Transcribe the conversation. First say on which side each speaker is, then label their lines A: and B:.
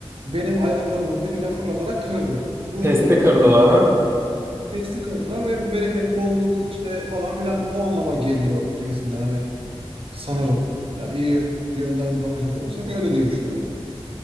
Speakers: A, on the right; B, on the right.
A: benim ayaklarımın dibine fırlatarak kırdı. Bu
B: Testi
A: eve
B: kırdılar
A: bereket bol
B: ha.
A: testi kırdılar ve bu bereket, bolluk işte falan filan o anlama geliyor gibisinden hani sanırım. Yani iyi yönden bakacak olursak öyle diye düşünüyorum.